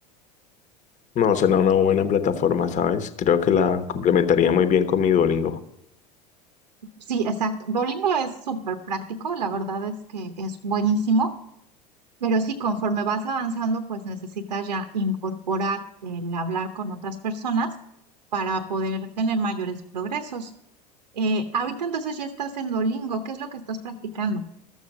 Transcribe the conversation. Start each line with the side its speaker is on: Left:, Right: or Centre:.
Left: No, será una buena plataforma, ¿sabes? Creo que la complementaría muy bien con mi Duolingo.
Right: Sí, exacto. Duolingo es súper práctico, la verdad es que es buenísimo, pero sí, conforme vas avanzando, pues necesitas ya incorporar el hablar con otras personas para poder tener mayores progresos. Eh, ahorita entonces ya estás en Duolingo, ¿qué es lo que estás practicando?